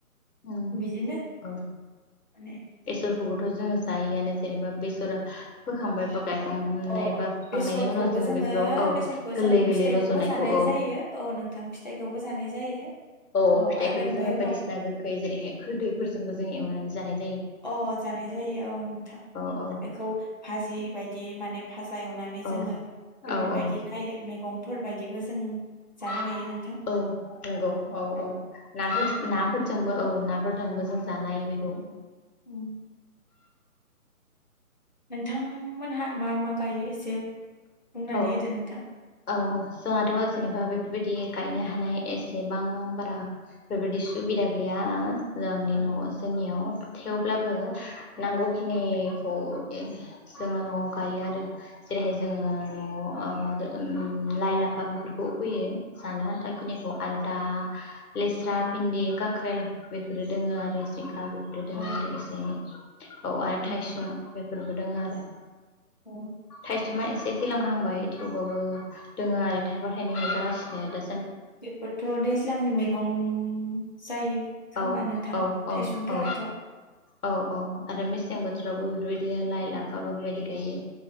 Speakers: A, on the left; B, on the left.
A: उम
B: बिदिनो
A: औ <unintelligible>
B: माने
A: <unintelligible> जोङो जायोआनो जेनेबा बेसरा फोखांबाय बा
B: औ
A: गायखांनाय
B: औ
A: बा फोखांनायनि
B: बेसरखौबो
A: उनाव जोङो बेफोराव औ
B: बेसरखौ
A: गोरलै
B: जों
A: गोरलै
B: फिथाइखौबो
A: रज'नायखौ
B: जानाय
A: औ
B: जायो औ नोंथां फिथाइखौबो जानाय जायो।
A: औ फिथाइखौबो
B: आरो ओमफ्राय
A: जोङो
B: उनाव
A: बायदिसिना गोखै जेरैहाय खोरदैफोरजोंबो जो‌ङो एवनानै जा
B: अ जानाय जायो औ नोंथां
A: औ औ
B: बेखौ भाजि बायदि माने <unintelligible> एवनानै
A: औ
B: जोङो बेफोरबायदि
A: औ औ
B: लाइ मेगंफोरबायदिबो जों जानो
A: <inaudible>
B: हायो नोंथां
A: औ नोंगौ औ औ ना <unintelligible> फोरजोंबो औ नाफोरजोंबो जों जानो हायो बेखौ।
B: उम नोंथांंमोनहा मा मा गायो एसे बुंनानै
A: औ
B: होदो नोंथां
A: औ जोंहाथ' जेनेबा बेफोरबायदि गायनो हानाय एसेबां बारा बेबायादि सुबिदा गैयाआ जोंनि
B: औ
A: न'आ जोंनियाव थेवब्लाबो
B: औ
A: नांगौखि खिनिखौ एह जोङो न'आव गायो आरो जेरैहाय जोङो न' ओ लाइ-लाफा बेफोरखौ फैयो जानो आ आनथा खिनिखौ आरो दा लेस्रा भिन्दि काख्रेल बेफोरो दोङो आरो जिंखा बे दङ
B: औ
A: आरो एसे एनै औ आरो
B: उम
A: थाइसुं बेफोरबो दङ आरो‌
B: औ
A: थाइसुमा एसे थैलांहांबाय थेवबाबो दोङो आरो थायफा-थाइनै मोनजागासिनो दा
B: बेफोरथ' दैज्लांनि मैगं जायो। खोमा
A: औ
B: नोंथां
A: औ औ
B: थायसुमफोराथ'
A: औ औ औ आरो मेसें बोथोर थोरावबो बेफोरबायदिनो लाइ-लाफा बेफोरबायदि गायो।